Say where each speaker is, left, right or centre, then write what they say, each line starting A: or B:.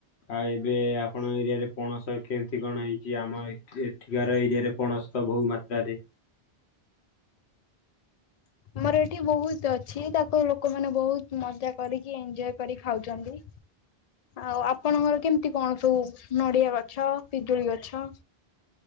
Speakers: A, on the left; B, on the left.
A: ଆଉ ଏବେ ଆପଣଙ୍କ ଏରିଆ ରେ ପଣସ କେମିତି କଣ ହେଇଛି? ଆମ ଏଠିକାର ଏରିଆରେ ପଣସ ବହୁ ମାତ୍ରାରେ
B: ଆମର ଏଠି ବହୁତ ଅଛି ତାକୁ ଲୋକମାନେ ବହୁତ ମଜା କରିକି ଏଞ୍ଜୟ କରି ଖାଉଛନ୍ତି। ଆଉ ଆପଣଙ୍କର କେମିତି କଣ ସବୁ ନଡିଆ ଗଛ ପିଜୁଳି ଗଛ